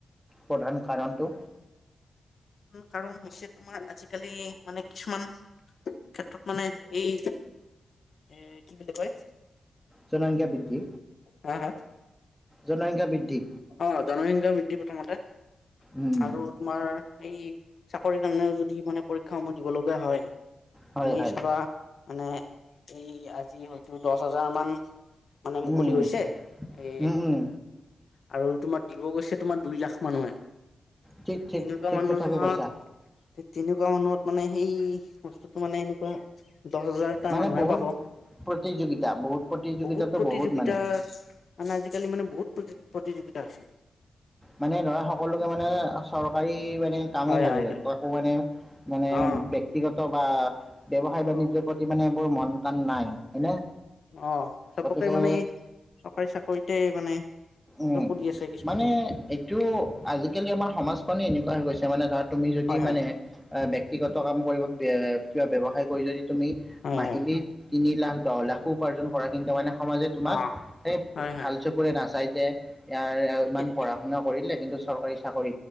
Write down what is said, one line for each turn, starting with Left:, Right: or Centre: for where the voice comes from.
Centre: প্ৰধান কাৰণটো
Left: কাৰণ হৈছে তোমাৰ আজিকালি মানে কিছুমান ক্ষেত্ৰত মানে এই এ কি বুলি কয়
Centre: জনসংখ্যা বৃদ্ধি
Left: হ হা
Centre: জনসংখ্যা বৃদ্ধি
Left: অ জনসংখ্যা বৃদ্ধি প্ৰথমতে
Centre: উম
Left: আৰু তোমাৰ এই চাকৰি কাৰণেও যদি মানে শিক্ষূহ দিব লগীয়া হয়
Centre: হয়
Left: তুমি
Centre: হয়
Left: চাবা মানে এই আজি হয়তো দহ হাজাৰ মান মানে মুকলি
Centre: উম উম
Left: হৈছে এই
Centre: উম উম
Left: আৰু তোমাৰ দিব গৈছে তোমাৰ দুই লাখ মানুহে
Centre: ঠিক ঠিক
Left: তেনেকুৱা
Centre: ঠিক
Left: মানুহত
Centre: কথাকে কৈছা
Left: তেনেকুৱা মানুহত মানে সেই বস্তুটো মানে এনেক <unintelligible> দহ হাজাৰটা
Centre: মানে
Left: মানুহে
Centre: বহুত
Left: পাব
Centre: প্ৰতিযোগিতা বহুত প্ৰতিযোগিতাটো
Left: বহুত প্ৰতিযোগিতা
Centre: মানে
Left: মানে আজিকালি মানে বহুত প্ৰতিযোগিতা আছে
Centre: মানে ধৰা সকলোকে মানে চৰকাৰী মানে কামেই
Left: হয়
Centre: লাগে
Left: হয় হয়
Centre: একো মানে মানে
Left: অ
Centre: ব্যক্তিগত বা ব্যৱসায় বাণিয্যায়ৰ
Left: অ
Centre: প্ৰতি মানে বোৰ মন কাণ নাই হয়নে
Left: অ চবকে
Centre: গতিকে
Left: মানে চৰকাৰী চাকৰিতে মানে
Centre: উম
Left: চকু দি আছে কিছুমানে
Centre: মানে এইটো আজিকালি আমাৰ সমাজখনেই এনেকুৱা হৈ গৈছে মানে ধৰা তুমি যদি
Left: হয় হয়
Centre: মানে ব্যক্তিগত কাম কৰিব কিবা ব্যৱসায় কৰি যদি তুমি
Left: হয়
Centre: মাহিলী
Left: হয়
Centre: তিনি লাখ দহ লাখো উপাৰ্জন কৰা কিন্তু মানে সমাজে তোমাক
Left: অ
Centre: এ
Left: হয় হয়
Centre: ভাল চকুৰে নাচাই যে ইয়াৰ
Left: ঠিকে
Centre: ইমান
Left: ঠিকে
Centre: পঢা শুনা কৰিলে কিন্তু চৰকাৰী চ